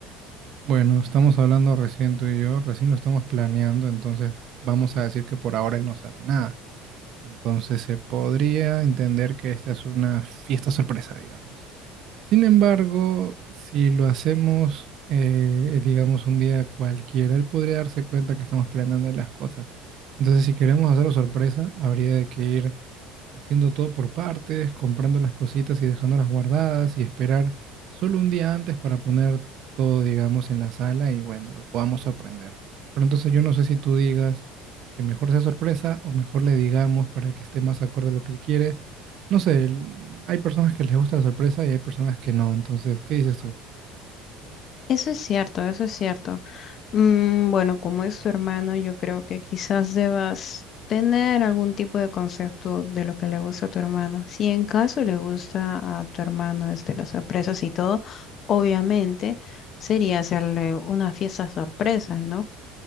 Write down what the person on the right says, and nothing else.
Bueno, estamos hablando recién tú y yo, recién lo estamos planeando, entonces vamos a decir que por ahora él no sabe nada. Entonces se podría entender que esta es una fiesta sorpresa, digamos. Sin embargo, si lo hacemos, eh, digamos, un día cualquiera, él podría darse cuenta que estamos planeando las cosas. Entonces, si queremos hacerlo sorpresa, habría de que ir haciendo todo por partes, comprando las cositas y dejándolas guardadas y esperar solo un día antes para poner todo, digamos, en la sala y bueno, lo podamos sorprender. Pero entonces yo no sé si tú digas que mejor sea sorpresa o mejor le digamos para que esté más acorde a lo que él quiere. No sé, el- hay personas que les gusta la sorpresa y hay personas que no. Entonces, ¿qué dices tú?